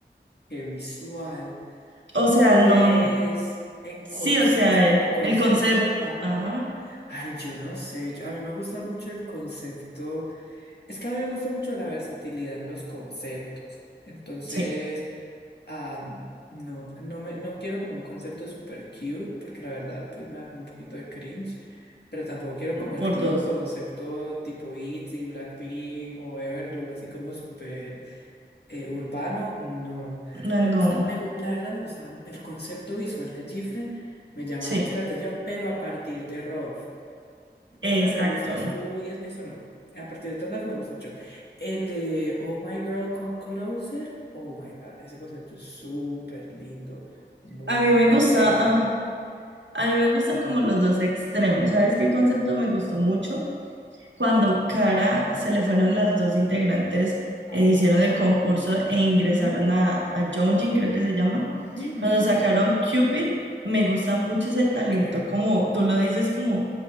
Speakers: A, on the left (about 65°); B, on the right (about 80°).
A: que visual.
B: O sea,
A: Pues,
B: no,
A: en
B: sí,
A: conce-
B: o sea,
A: o sea, como
B: eh,
A: concepto,
B: el concepto,
A: ajá.
B: ajá,
A: Ay, yo no sé. yo- a mí me gusta mucho el concepto. Es que a mí me gusta mucho la versatilidad en los conceptos. Entonces,
B: sí,
A: am, no, no me, no quiero como un concepto super cute, porque la verdad, pues me da como un poquito de cringe. Pero tampoco quiero como el
B: por
A: típico
B: dos.
A: concepto tipo ITZY, Blackpink o Everglow, así como súper eh, urbano, no.
B: No,
A: Me
B: no,
A: gusta, me, gu- la verdad me gustaba el concepto visual de Gifren, me llama
B: sí,
A: mucho la atención, pero a partir de Rov,
B: exacto.
A: eso de me gustas tú y es- eso no. A partir de Rov me gusta mucho. El de Oh My Girl Come Closer, oh my God, ese concepto es súper lindo, muy
B: A mí me
A: etéreo.
B: gusta, a, a mí me gustan como los dos extremos. ¿Sabes qué concepto me gustó mucho? cuando Cara se le fueron las dos integrantes,
A: Ay.
B: eh, hicieron el concurso e ingresaron
A: Ujú,
B: a, a Yeonjin, creo que se llama.
A: ujú,
B: Cuando
A: ujú.
B: sacaron Cupid, me gusta mucho ese talento,
A: Ok,
B: como tú lo dices, como